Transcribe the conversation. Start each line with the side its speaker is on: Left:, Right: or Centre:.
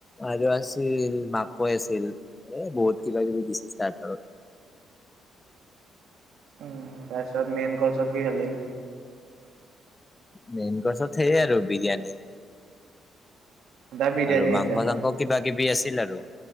Left: আৰু আছিল মাকৈ আছিল এ বহুত কিবা কিবি দিছিল ষ্টাৰ্টাৰত।
Right: উম, তাৰ পিছত মেইন কৰ্চত কি খালি।
Left: মেইন কৰ্চত সেই আৰু বিৰিয়ানী
Right: সুধা বিৰিয়ানী
Left: আৰু
Right: খাইছা
Left: মাংস চাংস, আকৌ কিবা কিবি আছিল আৰু